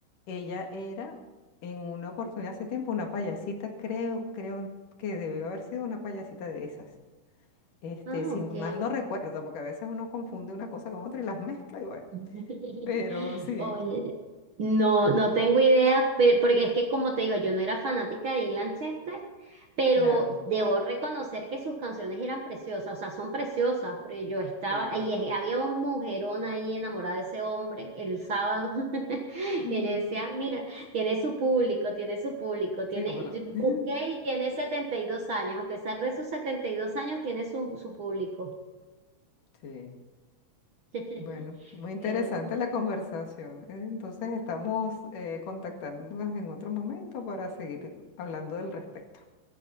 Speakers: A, on the left; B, on the right.
A: ella era en una oportunidad hace tiempo una payasita, creo, creo que debió haber sido una payasita de esas. Este,
B: Ah,
A: si
B: ok.
A: mal no recuerdo, porque a veces uno confunde una cosa con otra y las mezcla y bueno.
B: <laughs>
A: Pero sí,
B: Oye, no, no tengo idea, pe- porque es que como te digo, yo no era fanática de Ian Chester, pero
A: claro,
B: debo reconocer que sus canciones eran preciosas, o sea, son preciosas, pero yo estaba,
A: sí.
B: y es- había un mujerón ahí enamorada de ese hombre el sábado, <laughs>
A: <laughs>
B: que yo decía, mira, tiene su público, tiene su público, tiene,
A: Sí, cómo no.
B: yo
A: <laughs>
B: busqué y tiene 72 años, a pesar de sus 72 años, tiene su, su público.
A: Sí.
B: <laughs>
A: Bueno, muy interesante
B: Pero bueno.
A: la conversación. Eh, Entonces estamos eh, contactándonos en otro momento para seguir hablando del respecto.